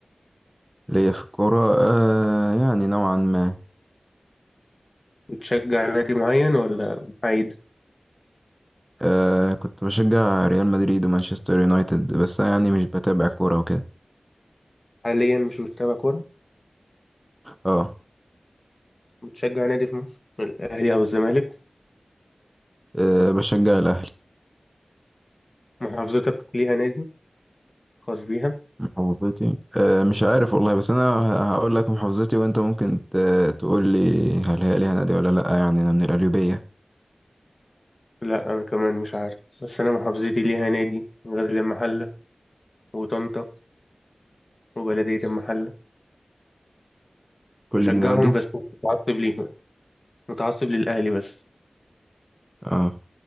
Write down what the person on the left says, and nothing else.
بتشجع نادي معين ولا محايد؟
حاليا مش بتتابع كورة
بتشجع نادي في مصر الأهلي أو الزمالك
محافظتك ليها نادي خاص بيها؟
لا أنا كمان مش عارف بس أنا محافظتي ليها نادي غزل المحلة وطنطا وبلدية المحلة
بشجعهم
بس مش متعصب ليهم متعصب للأهلي بس